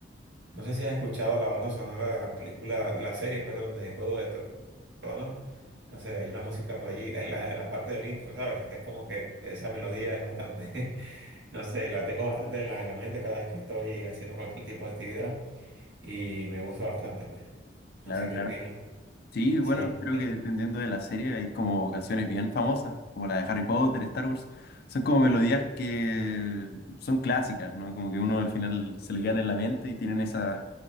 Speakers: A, on the right; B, on the left.
A: No sé si has escuchado la banda sonora de la película, la serie, perdón, de Juego de Tronos. No sé, hay una música por allí, en la, en la parte del intro, ¿sabes? Es como que esa melodía es bastante, <laughs> No sé, la tengo bastante en la, en la mente cada vez que estoy haciendo cualquier tipo de actividad y me gusta bastante, pues. No
B: Claro,
A: sé qué
B: claro.
A: opinas.
B: Sí, bueno,
A: Sí,
B: creo
A: eh,
B: que dependiendo de la serie hay como canciones bien famosas, como la de Harry Potter, Star Wars. Son como melodías que son clásicas, ¿no? Como que uno al final se le quedan en la mente y tienen esa